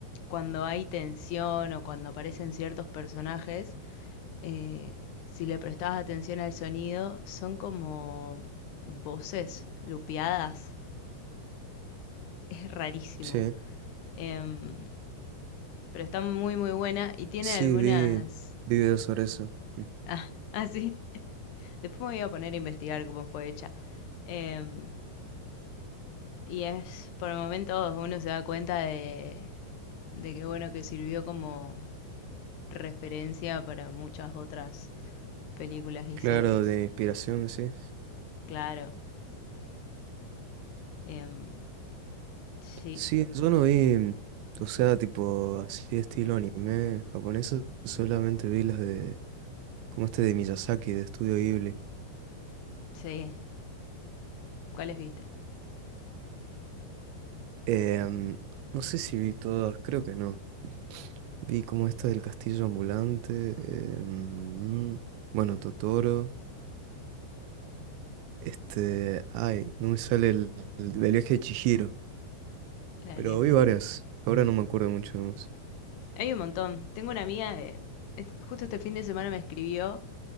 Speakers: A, on the left; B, on the right.
A: cuando hay tensión o cuando aparecen ciertos personajes, eh, si le prestabas atención al sonido, son como voces lupeadas. <laughs> Es rarísimo.
B: sí.
A: Em, pero está muy, muy buena y tiene
B: Sí,
A: algunas...
B: vi,
A: <laughs>
B: vi videos sobre eso. Mm.
A: Ah, ah, sí. <laughs> Después me voy a poner a investigar cómo fue hecha. Em, Y es, por momentos uno se da cuenta de, de que bueno, que sirvió como referencia para muchas otras películas y
B: Claro,
A: series.
B: de inspiración, sí.
A: Claro, em, sí,
B: Sí, yo no vi, o sea, tipo así de estilo anime japonesa, solamente vi las de, como este de Miyazaki, de Estudio Ghibli.
A: sí. ¿Cuáles viste?
B: Em, no sé si vi todas, creo que no. Vi como esta del Castillo Ambulante, em, bueno, Totoro, este, ay, no me sale el, el del viaje de Chihiro,
A: La
B: pero
A: del viaje,
B: vi varias,
A: sí.
B: ahora no me acuerdo mucho más.
A: Hay un montón. Tengo una amiga, de, est- justo este fin de semana me escribió